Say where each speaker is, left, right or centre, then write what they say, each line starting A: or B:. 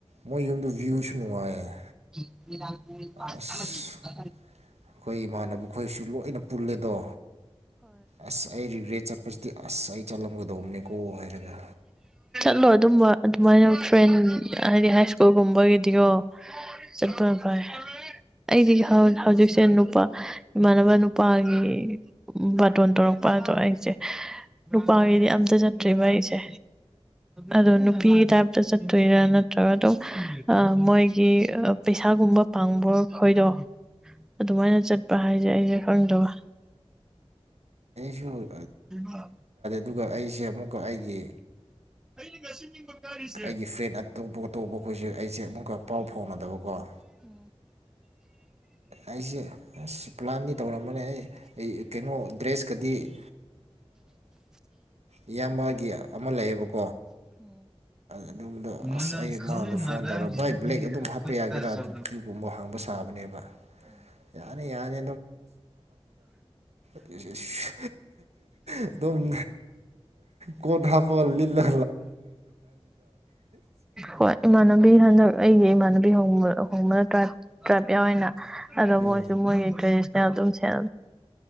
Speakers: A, on the right (about 80°); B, in the centre.
A: ꯃꯣꯏ ꯌꯨꯝꯗ ꯚ꯭ꯌꯨꯁꯨ ꯅꯨꯡꯉꯥꯏꯌꯦ
B: ꯏ ꯎ ꯄꯅꯤ
A: ꯑꯁ ꯑꯩꯈꯣꯏ ꯏꯃꯥꯟꯅꯕ ꯈꯣꯏꯁꯨ ꯂꯣꯏꯅ ꯄꯨꯜꯂꯦꯗꯣ ꯑꯁ ꯑꯩ ꯔꯤꯒ꯭ꯔꯦꯠ ꯆꯠꯄꯁꯤꯗꯤ ꯑꯁ ꯑꯩ ꯆꯠꯂꯝꯒꯗꯧꯕꯅꯤꯀꯣ ꯍꯥꯏꯔꯒ
B: <inaudible> ꯂꯣ ꯑꯗꯨꯝꯕ ꯑꯗꯨꯃꯥꯏꯅ ꯐ꯭ꯔꯦꯟ ꯍꯥꯏꯗꯤ ꯍꯥꯏ ꯁ꯭ꯀꯨꯜꯒꯨꯝꯕꯒꯤꯗꯤꯀꯣ ꯆꯠꯄꯅ ꯐꯩ ꯑꯩꯗꯤ ꯍꯧꯖꯤꯛꯁꯦ ꯅꯨꯄꯥ ꯏꯃꯥꯟꯅꯕ ꯅꯨꯄꯥꯒꯤ ꯕꯥꯇꯣꯟ ꯇꯧꯔꯛꯄ ꯑꯗꯣ ꯑꯩꯁꯦ ꯅꯨꯄꯥꯒꯤꯗꯤ ꯑꯝꯇ ꯆꯠꯇ꯭ꯔꯤꯕ ꯑꯩꯁꯦ ꯑꯗꯣ ꯅꯨꯄꯤ ꯇꯥꯏꯞꯇ ꯆꯠꯇꯣꯏꯔꯥ ꯅꯠꯇ꯭ꯔꯒ ꯑꯗꯨꯝ ꯃꯣꯏꯒꯤ ꯄꯩꯁꯥꯒꯨꯝꯕ ꯄꯥꯡꯕ ꯈꯣꯏꯗꯣ ꯑꯗꯨꯃꯥꯏꯅ ꯆꯠꯄ ꯍꯥꯏꯁꯦ ꯑꯩꯁꯦ ꯈꯪꯗꯕ
A: ꯍ
B: ꯍꯕ
A: ꯑꯗꯨꯒ ꯑꯩꯁꯦ ꯑꯃꯨꯛꯀ ꯑꯩꯒꯤ
B: ꯑꯩꯅ ꯉꯁꯤꯕ ꯀꯥꯔꯤꯁꯦ
A: ꯑꯩꯒꯤ ꯐ꯭ꯔꯦꯟ ꯑꯇꯣꯞ ꯑꯇꯣꯞꯄ ꯑꯩꯈꯣꯏꯁꯦ ꯑꯩꯁꯦ ꯑꯃꯨꯛꯀ ꯄꯥꯎ ꯐꯥꯎꯅꯗꯕꯀꯣ ꯑꯩꯁꯦ ꯑꯁ ꯄ꯭ꯂꯥꯟꯗꯤ ꯇꯧꯔꯝꯕꯅꯦ ꯑꯩ ꯑꯩ ꯀꯩꯅꯣ ꯗ꯭ꯔꯦꯁꯀꯗꯤ ꯏꯌꯥꯝꯕꯒꯤ ꯑꯃ ꯂꯩꯌꯦꯕꯀꯣ ꯑꯗꯨꯝꯕꯗꯣ
B: ꯎ ꯃꯅꯝ
A: ꯑꯁ ꯑꯩ
B: ꯈꯪꯉꯤ
A: ꯃꯉꯣꯟꯗ ꯐꯣꯟ
B: ꯃꯔꯥꯡꯁꯤꯗꯗꯤꯈꯣꯏ
A: ꯇꯧꯔ ꯚꯥꯏ ꯕ꯭ꯂꯦꯛ ꯑꯗꯨꯝ ꯍꯥꯞꯄ ꯌꯥꯒꯦꯔꯥ
B: ꯆꯥꯎꯅ
A: ꯑꯗꯨꯒꯨꯝꯕ ꯍꯪꯕ ꯁꯥꯕꯅꯦꯕ ꯌꯥꯅꯤ ꯌꯥꯅꯤ ꯁ ꯑꯗꯨꯣꯝ ꯀꯣ ꯊ ꯍꯕꯣ ꯂꯂ
B: ꯍꯣꯏ ꯏꯃꯥꯟꯅꯕꯤ ꯍꯟꯗꯛ ꯑꯩꯒꯤ ꯏꯃꯥꯟꯅꯕꯤꯕ ꯍꯣꯡꯕ ꯇ꯭ꯔꯞ ꯇ꯭ꯔꯞ ꯌꯥꯎ ꯑꯣꯏꯅ ꯑꯗꯣ
A: ꯑ
B: ꯃꯣꯏꯁꯨ ꯃꯣꯏꯒꯤꯟꯇꯔꯦꯁ ꯑꯗꯨꯝ ꯁꯦꯦ